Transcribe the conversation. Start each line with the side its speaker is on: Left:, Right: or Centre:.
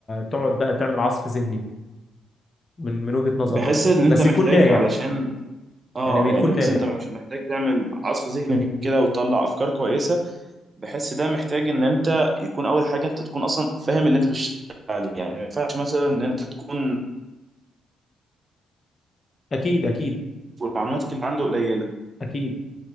Left: تقعد بقى تعمل عصف ذهني من من وجهة نظرك
Right: بحس ان انت
Left: بس
Right: محتاج
Left: يكون ناجح
Right: علشان اه
Left: يعني بيكون
Right: يعني بحس
Left: ناجح
Right: ان انت مش محتاج تعمل عصف ذهني كده وتطلع افكار كويسه بحس ده محتاج ان انت يكون اول حاجه انت تكون اصلا فاهم اللي انت بتشتغل عليه يعني ما ينفعش مثلا ان انت تكون
Left: اكيد اكيد
Right: معلوماتك اللي عنده قليله
Left: اكيد